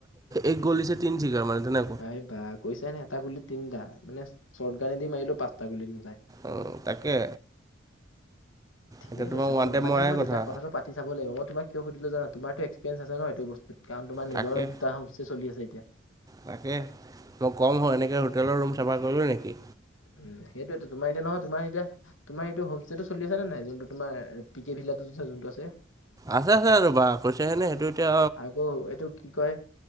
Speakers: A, on the right; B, on the left.
A: এক গলিছে তিন চিকাৰ মানে তেনে
B: এই বা কৈছা নে এটা গুলিত তিনিটা মানে, শ্বৰ্ট গানেদি মাৰিলো পাঁচটা গুলিত নাযায়।
A: অঁ, তাকে।
B: ঠিকে
A: এতিয়া তোমাৰ
B: কৈছা
A: ওৱান
B: অ,
A: টাইম
B: মানে
A: মৰাৰে
B: মই দেউতাক
A: কথা
B: কথাটো পাতি চাব লাগিব মই তোমাক কিয় সুধিলো জানা তোমাৰটো এক্সেপেৰিয়েঞ্চ আছে ন এইটো ব কাৰণ তোমাৰ নিজৰে
A: তাকে
B: দুটা হোমষ্টে চলি আছে এতিয়া।
A: তাকে, ত ক'ম হয় এনেকে হোটেলৰ ৰুম চাফা কৰিলোঁ নেকি?
B: উম, সেইটোয়েইতো তোমাৰ এতিয়া নহয় তোমাৰ এতিয়া তোমাৰ এইটো হোমষ্টেটো চলি আছে নে নাই? যোনটো তোমাৰ পি কে ভিলাটো যে যোনটো আছে।
A: আছে আছে ৰবা, কৈছে হেনে সেইটো এতিয়া
B: আকৌ এইটো কি কয়